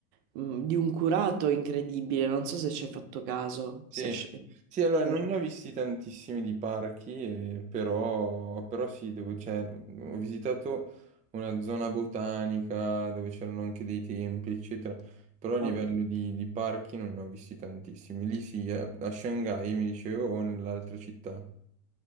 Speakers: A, on the right; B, on the right.
A: mh, di un curato incredibile, non so se ci hai fatto caso,
B: Sì,
A: se hai sc-
B: Sì, allora
A: se
B: non
A: hai
B: ne ho visti tantissimi di parchi, eh, però, però sì, dove c'è, ho visitato una zona botanica dove c'erano anche dei templi, eccetera, però a
A: fatto.
B: livello di, di parchi non ne ho visti tantissimi. Lì sì, eh, a Shanghai mi dicevo o nell'altra città,